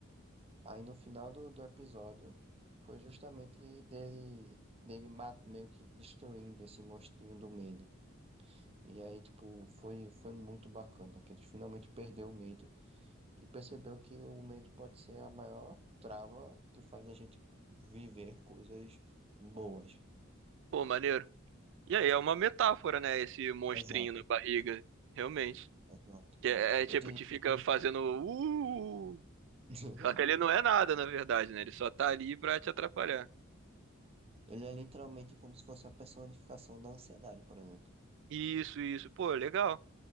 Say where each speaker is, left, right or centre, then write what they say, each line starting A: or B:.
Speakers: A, on the right (about 30°); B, on the right (about 60°).
A: Aí no final do, do episódio foi justamente dele, dele ma- meio que destruindo esse monstrinho do medo. E aí, tipo, foi, foi muito bacana, que ele finalmente perdeu o medo e percebeu que o medo pode ser a maior trava que faz a gente viver coisas boas.
B: Pô, maneiro. E aí, é uma metáfora, né? Esse monstrinho
A: Exato,
B: na barriga. Realmente.
A: exato.
B: Que é, é tipo,
A: Ele,
B: te fica fazendo. Uh!
A: <laughs>
B: Só que ele não é nada, na verdade, né? Ele só tá ali pra te atrapalhar.
A: ele é literalmente como se fosse a personificação da ansiedade, por exemplo.
B: Isso, isso. Pô, legal.